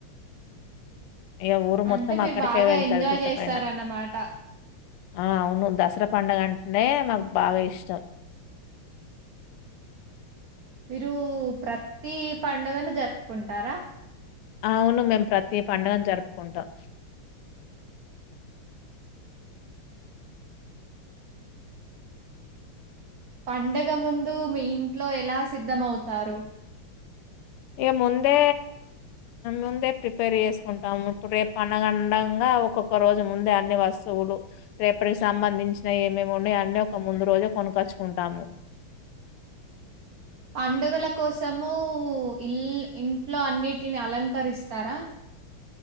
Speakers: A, on the left; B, on the right.
A: ఇగ ఊరు
B: అంటే
A: మొత్తం
B: మీర్
A: అక్కడికే
B: బాగా
A: వెళ్తది
B: ఎంజాయ్
A: గుట్ట
B: చేస్తారన్నమాట.
A: పైన. ఆ అవును దసరా పండగంటనే మాకు బాగా ఇష్టం.
B: రు ప్రతి పండుగన్ జరుపుకుంటారా?
A: ఆవును మేం ప్రతి పండుగను జరుప్కుంటాం.
B: పండగ ముందు మీ ఇంట్లో ఎలా సిద్ధమౌతారు.
A: ఇక ముందే ముందే ప్రిపేర్ చేస్కుంటాము. ఇప్పుడ్ రేప్ పండగ అండంగా ఒక్కొక్క రోజు ముందే అన్ని వస్తువులు రేపటికి సంబంధించినయి ఏమే మ్ ఉన్నయి అన్నీ ఒక ముందు రోజు కొనుకచ్చుకుంటాము.
B: పండుగల కోసము ఇల్ ఇంట్లో అన్నిటిని అలంకరిస్తరా